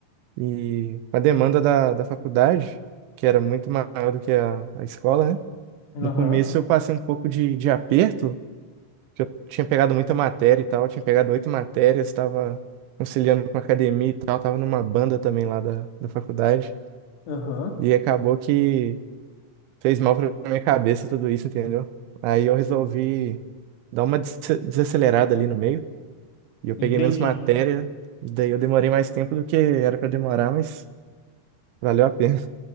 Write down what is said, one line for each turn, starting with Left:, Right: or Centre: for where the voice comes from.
Right: E a demanda da, da faculdade, que era muito maior do que a, a escola, né?
Left: Aham.
Right: No começo eu passei um pouco de, de aperto, que eu tinha pegado muita matéria e tal, tinha pegado oito matérias, estava conciliando com a academia e tal, estava numa banda também lá da, da faculdade.
Left: Aham.
Right: E acabou que fez mal para minha cabeça tudo isso, entendeu? Aí eu resolvi dar uma des- desacelerada ali no meio, e eu peguei
Left: Entendi.
Right: menos matéria, e daí eu demorei mais tempo do que era para demorar, mas valeu a pena.